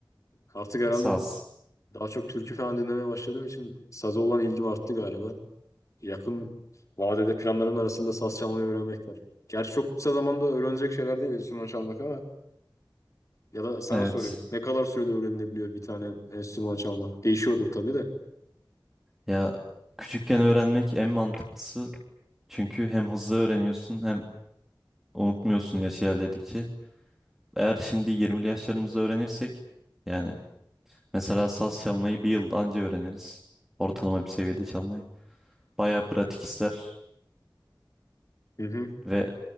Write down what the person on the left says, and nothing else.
Artık herhalde
daha çok türkü falan dinlemeye başladığım için saza olan ilgim arttı galiba. Yakın vadede planlarımın arasında saz çalmayı öğrenmek var. Gerçi çok kısa zamanda öğrenecek şeyler değil enstrüman çalmak ama ya da sana
sorayım. Ne kadar sürede öğrenilebiliyor bir tane enstrüman çalmak? Değişiyordur tabii de.
Hı hı.